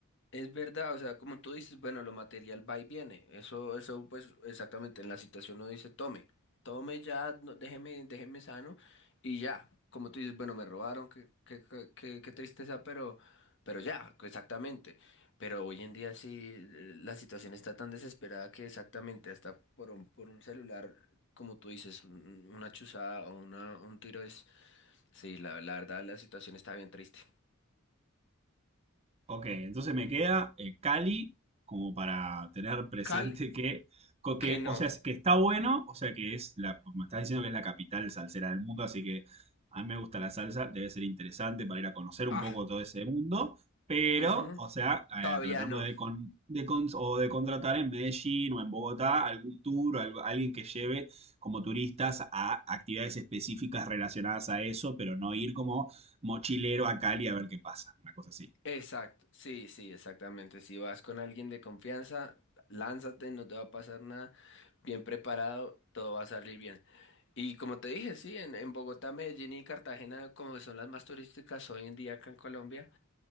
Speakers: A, on the left (about 60°); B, on the right (about 30°).
A: es verdad, o sea, como tú dices, bueno, lo material va y viene, eso, eso, pues, exactamente, en la situación uno dice, tome, tome ya, no, déjeme, déjeme sano, y ya, como tú dices, bueno, me robaron, qué, qué, qué, qué- qué tristeza, pero, pero ya, exactamente, pero hoy en día sí, eh, la situación está tan desesperada que exactamente, hasta por un, por un celular, como tú dices, un- una chuzada o una, un tiro es, sí, la, la verdad, la situación está bien triste.
B: Ok, entonces me queda eh, Cali como para tener presente
A: Cal
B: que, co- que,
A: que no.
B: o sea, que está bueno, o sea que es la, me estás diciendo que es la capital salsera del mundo, así que a mí me gusta la salsa, debe ser interesante para ir a conocer un
A: Ah,
B: poco todo ese mundo, pero,
A: ujú,
B: o sea,
A: Todavía
B: eh, tratando
A: no.
B: de, con, de con- o de contratar en Medellín o en Bogotá algún tour, algo- alguien que lleve como turistas a actividades específicas relacionadas a eso, pero no ir como mochilero a Cali a ver qué pasa, una cosa así.
A: Exacto. Sí, sí, exactamente. Si vas con alguien de confianza, lánzate, no te va a pasar nada. Bien preparado, todo va a salir bien. Y como te dije, sí, en, en Bogotá, Medellín y Cartagena, como son las más turísticas hoy en día acá en Colombia.